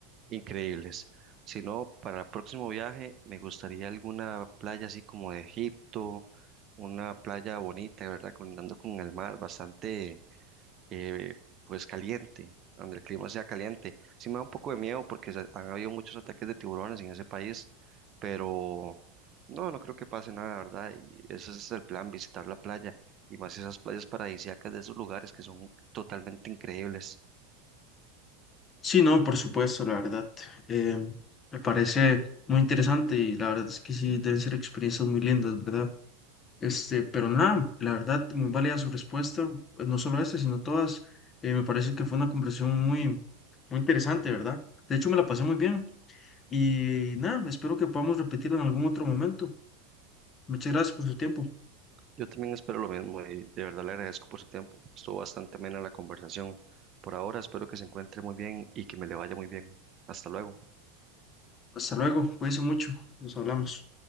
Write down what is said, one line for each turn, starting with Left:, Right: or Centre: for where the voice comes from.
Right: increíbles. Si no, para el próximo viaje me gustaría alguna playa así como de Egipto, una playa bonita, ¿verdad? Colindando con el mar, bastante eh, pues caliente, donde el clima sea caliente. Sí me da un poco de miedo porque se- han habido muchos ataques de tiburones en ese país, pero no, no creo que pase nada, ¿verdad? Y ese es el plan, visitar la playa y más esas playas paradisíacas de esos lugares que son totalmente increíbles.
Left: Sí, no, por supuesto, la verdad. eh, me parece muy interesante y la verdad es que sí, deben ser experiencias muy lindas, ¿verdad? Este, pero nada, la verdad, muy válida su respuesta, pues, no solo esta, sino todas. Eh, me parece que fue una conversación muy, muy interesante, ¿verdad? De hecho, me la pasé muy bien y nada, espero que podamos repetirla en algún otro momento. Muchas gracias por su tiempo.
Right: Yo también espero lo mismo y de verdad le agradezco por su tiempo. Estuvo bastante amena la conversación. Por ahora espero que se encuentre muy bien y que me le vaya muy bien. Hasta luego.
Left: Hasta luego, cuídense mucho, nos hablamos.